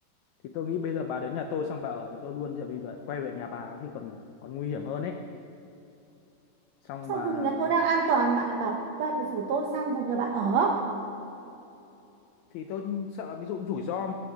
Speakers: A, on the left (about 80°); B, on the right (about 70°).
A: thì tôi nghĩ bây giờ bà đến nhà tôi xong bà ở thì tôi luôn chứ bây giờ quay về nhà bà khi còn còn nguy hiểm hơn ấy xong
B: Sao
A: bà
B: vùng nhà tôi đang an toàn, bạn lại bảo bạn rủ tôi sang vùng nhà bạn ở.
A: thì tôi sợ ví dụ rủi ro